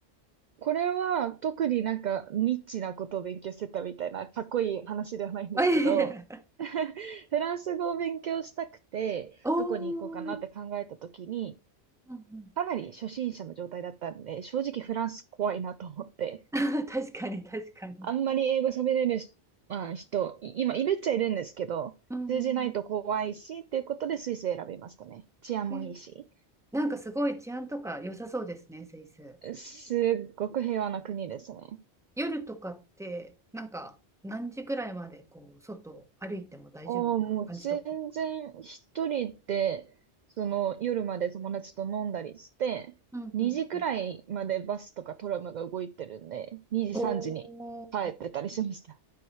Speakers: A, on the right; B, in the centre.
A: これは特になんかニッチなことを勉強してたみたいなかっこいい話ではないんですけど、
B: <laughs> あ、いえいえ
A: <laughs> フランス語を勉強したくて、
B: お
A: どこに行こうかなって考えた時に、
B: ー、うんうん。
A: かなり初心者の状態だったんで、正直フランス怖いなと思って、
B: <laughs> 確かに、確かに。
A: あんまり英語喋れるし、まあ、人、い今いるっちゃいるんですけど、
B: うんうん。
A: 通じないと怖いし、っていうことでスイス選びましたね。治安もいいし、
B: え、なんかすごい治安とか良さそうですね、スイス。
A: すっごく平和な国ですね。
B: 夜とかって、なんか何時ぐらいまでこう外を歩いても大丈夫な感じとか。
A: ああ、もう全然一人で、その夜まで友達と飲んだりして、
B: うんうんうん。
A: 2時くらいまでバスとかトラムが動いてるんで、2時3時に帰ってたりしました。
B: おお。